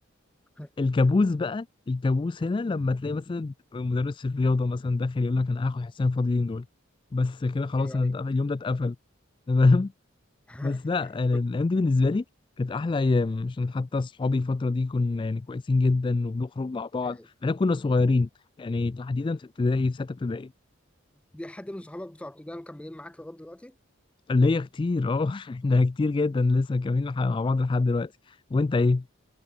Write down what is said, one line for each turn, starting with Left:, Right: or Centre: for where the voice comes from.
Centre: <laughs>
Left: الكابوس بقى الكابوس هنا لما تلاقي مثلا مدرس الرياضه مثلا داخل يقول لك انا هاخد حصتين فاضيين دول بس كده خلاص
Centre: ايوه
Left: انا
Centre: ايوه
Left: اتقفل- اليوم ده اتقفل <laughs> تمام
Centre: <laughs>
Left: بس لا أنا
Centre: كنت-
Left: الايام دي بالنسبه لي كانت احلى ايام عشان حتى اصحابي الفتره دي كنا يعني كويسين جدا وبنخرج مع بعض
Centre: أيوة.
Left: احنا كنا صغيرين يعني تحديدا في ابتدائي في سته ابتدائي
Centre: دي حد من صحابك بتوع ابتدائي مكملين معاك لغايه دلوقتي
Left: اللي هي كتير اه <laughs> احنا كتير جدا لسه كاملين لح- مع بعض لحد دلوقتي وانت ايه